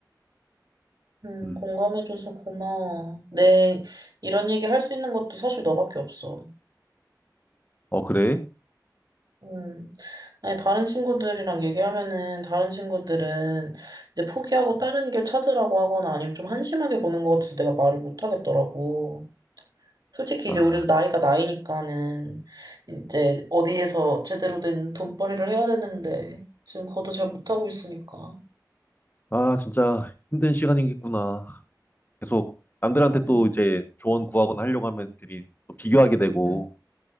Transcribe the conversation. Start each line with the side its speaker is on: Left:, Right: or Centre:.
Right: 음,
Left: 음.
Right: 공감해줘서 고마워. 내 이런 얘기 할 수 있는 것도 사실 너밖에 없어.
Left: 어, 그래?
Right: 음. 아니, 다른 친구들이랑 얘기하면은, 다른 친구들은 이제 포기하고 다른 길 찾으라고 하거나 아니면 좀 한심하게 보는 것 같아서 내가 말을 못 하겠더라고. 솔직히
Left: 아,
Right: 이제 우리도 나이가 나이니까는 이제 어디에서 제대로 된 돈벌이를 해야 되는데, 지금 그것도 잘 못하고 있으니까.
Left: 아, 진짜 힘든 시간이겠구나. 계속 남들한테
Right: 음,
Left: 또 이제 조언 구하거나 하려고 하면 괜히 또 비교하게 되고
Right: 음,